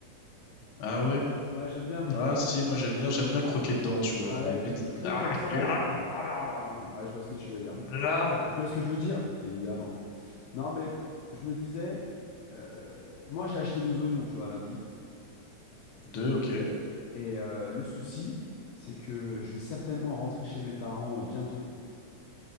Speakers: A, on the left (about 60°); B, on the left (about 75°).
A: Ah ouais?
B: Ouais, j'aime bien, <laughs>
A: Ah si, moi j'aime bien, j'aime bien croquer dedans, tu vois,
B: ouais,
A: là, mettre
B: cru,
A: mes petites-
B: cru
A: Ah,
B: comme ça,
A: glam,
B: ouais. Blablabla. Ouais, je vois ce que tu veux dire.
A: glam.
B: Tu vois ce que je veux dire? Évidemment. Non, mais je me disais, euh, moi j'ai acheté deux oignons, tu vois, lundi.
A: Deux, ok.
B: Et euh, le souci, c'est que je vais certainement rentrer chez mes parents euh, bientôt.